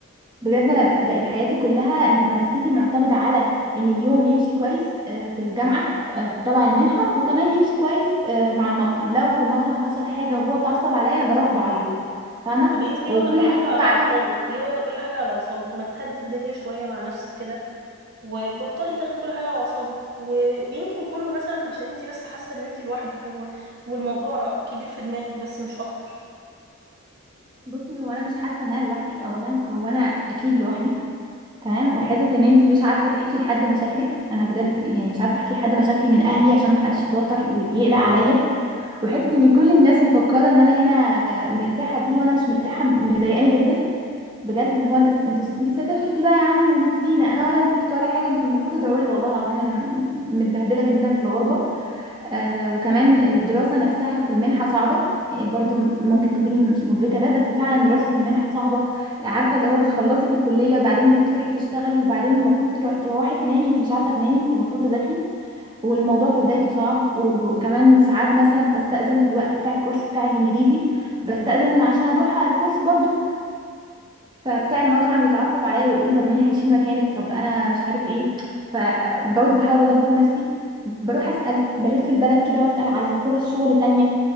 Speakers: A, on the right (about 20°); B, on the right (about 50°).
A: بجد انا بق- بقت حياتي كلها إن- ونفسيتي معتمده على ان اليوم يمشي كويس آه، في الجامعه آه، تبع المنحه وكمان يمشي كويس آه، مع المطعم لو في المطعم حصل حاجه وهو اتعصب عليا انا بروح بعيط فاهمه
B: طب انت ليه
A: وكل
B: واخده كل
A: حاجه
B: حاجه
A: كده
B: على
A: بعملها
B: اعصابك ليه واخده كل حاجه على اعصابك ما تهدي الدنيا شويه مع نفسك كده وبطلي تاخدي كل حاجة على أعصابك و... ويمكن كله مثلا عشان انتي بس حاسة ان انتي لوحدك و... والموضوع كبير في دماغك بس مش أكتر
A: بصي هو انا مش حاسه ان انا لوحدي اولا هو انا اكيد لوحدي تمام وحته ان انتي مش عارفه تحكي لحد مشاكلك انا بجد يعني مش عارفه احكي لحد مشاكلي من اهلي عشان ما حدش يتوتر ويقلق عليا وحته ان كل الناس مفكره ان انا هنا مرتاحه دي وانا مش مرتاحه مضايقاني جدا بجد اللي هو انت انتوا انت سافرتي بقى يا عم ونسيتينا انا ولا نسيتكم ولا حاجه انتوا المفروض تدعوا لي والله العظيم انا م- متبهدله جدا في الغربه آه وكمان الدراسه نفسها في المنحه صعبه يعني برضو ممكن تكوني مش مدركه ده بس فعلا دراسه المنحه صعبه عارفه اللي هو بتخلصي في الكليه بعدين بتروحي تشتغلي وبعدين المفروض ترو- تروحي تنامي انت مش عارفه تنامي انت المفروض تذاكري والموضوع في بدايته صعب وب- وكمان ساعات مثلا بستأذن في الوقت بتاع الكورس بتاع الانجليزي بستأذن عشان اروح على الكورس برضو فبتاع المطعم يتعصب عليا ويقول لي طب مين هيشيل مكانك طب انا مش عارف ايه فبرضه بحاول اضبط نفسي بروح اسال بلف البلد كده واسال على فرص شغل تانية